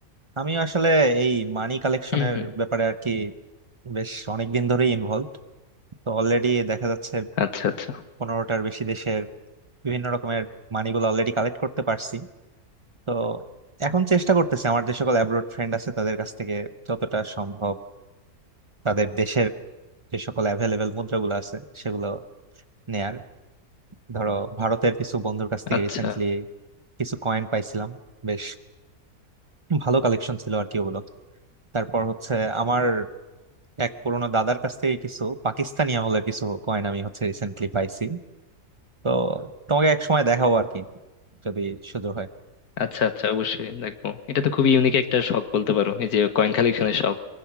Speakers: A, on the right; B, on the left.
A: আমি আসলে এই মানি কালেকশনের
B: হুম হুম
A: ব্যাপারে আর কি বেশ অনেক দিন ধরেই ইনভলভড তো অলরেডি দেখা যাচ্ছে
B: আচ্ছা আচ্ছা
A: পনেরোটার বেশি দেশের বিভিন্ন রকমের মানিগুলো অলরেডি কালেক্ট করতে পারছি তো এখন চেষ্টা করতেছি আমার যে সকল অ্যাব্রোড ফ্রেন্ড আছে তাদের কাছ থেকে যতটা সম্ভব তাদের দেশের যে সকল অ্যাভেলেবেল মুদ্রাগুলো আছে সেগুলো নেয়ার ধরো ভারতের কিছু বন্ধুর কাছ থেকে
B: আচ্ছা
A: রিসেন্টলি কিছু কয়েন পাইছিলাম বেশ ভালো কালেকশন ছিল আর কি ওগুলো তারপর হচ্ছে আমার এক পুরোনো দাদার কাছ থেকে কিছু পাকিস্তানি আমলের কিছু কয়েন আমি হচ্ছে রিসেন্টলি পাইছি তো তোমাকে এক সময় দেখাবো আর কি যদি সুযোগ হয়
B: আচ্ছা আচ্ছা অবশ্যই দেখবো এটা তো খুবই ইউনিক একটা শখ বলতে পারো এই যে কয়েন কালেকশনের শখ